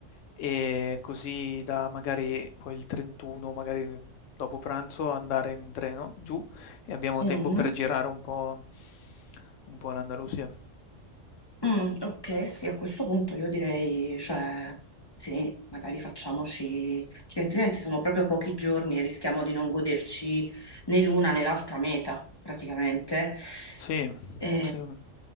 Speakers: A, on the left; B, on the left.
A: e così da magari poi il 31, magari dopo pranzo, andare in treno giù e abbiamo
B: Mm.
A: tempo per girare un po', un po' l'Andalusia.
B: Mm, ok, sì, a questo punto io direi, cioè, sì, magari facciamoci, perché altrimenti sono proprio pochi giorni e rischiamo di non goderci né l'una né l'altra meta, praticamente.
A: Sì,
B: E,
A: sì.